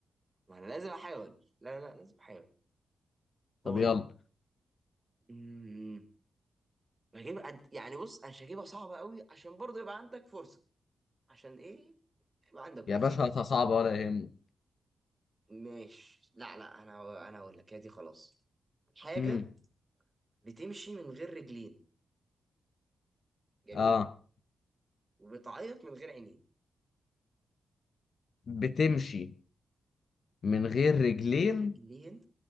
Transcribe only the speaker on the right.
ما انا لازم احاول لا لا لا، لازم احاول طيب
امم هجيبها أد- يعني بص انا مش هجيبها صعبة قوي عشان برضه يبقى عندك فرصة عشان ايه يبقى عندك فرصة
ماشي لا لا انا انا هقول لك هي دي خلاص حاجة
بتمشي من غير رجلين جميل
وبتعيط من غير عينين
من
غير رجلين